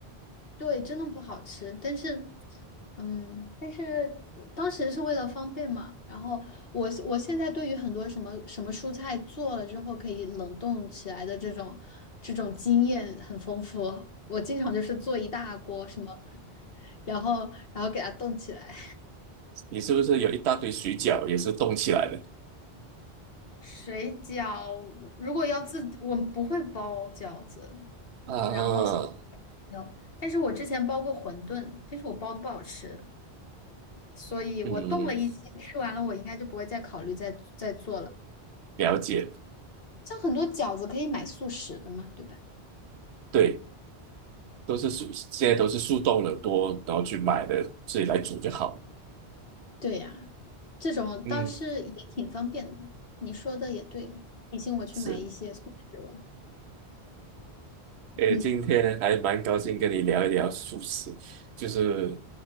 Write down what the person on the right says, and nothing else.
你是不是有一大堆水饺也是冻起来的？
啊，
嗯，
了解，
对，都是速，现在都是速冻了多，然后去买的，自己来煮就好了。
嗯，
是。诶，
今天还蛮高兴跟你聊一聊素食，就是